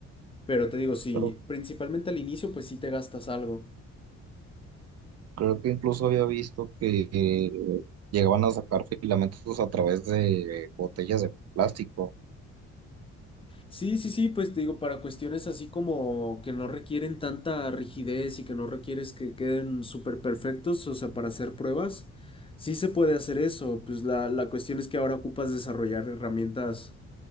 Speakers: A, on the left (about 20°); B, on the right (about 55°).
A: Pero te digo, si
B: pero
A: principalmente al inicio, pues sí te gastas algo.
B: creo que incluso había visto que eh, llegaban a sacar filamentos a través de botellas de plástico.
A: Sí, sí, sí, pues te digo, para cuestiones así como que no requieren tanta rigidez y que no requieres que queden súper perfectos, o sea, para hacer pruebas, sí se puede hacer eso. Pues la, la cuestión es que ahora ocupas desarrollar herramientas